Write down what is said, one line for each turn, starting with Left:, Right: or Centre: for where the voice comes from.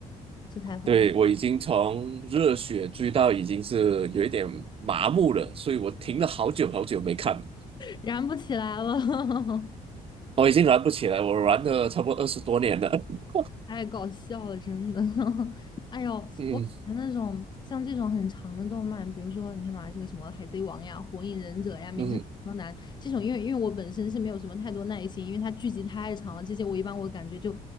Left: 这太疯了，
Right: 对，我已经从热血追到已经是有一点麻木了，所以我停了好久好久没看了，
Left: 燃不起来了。<laughs>
Right: 我已经玩不起来，我玩了差不多二十多年了。<laughs>
Left: 太搞笑了，真的。<laughs> 哎呦，
Right: 嗯
Left: 我感觉那种像这种很长的动漫，比如说你看嘛，这个什么《海贼王》呀、《火影忍者》呀、《名侦探柯南》这种，
Right: 嗯，
Left: 因为因为我本身是没有什么太多耐心，因为它剧集太长了，这些我一般我感觉就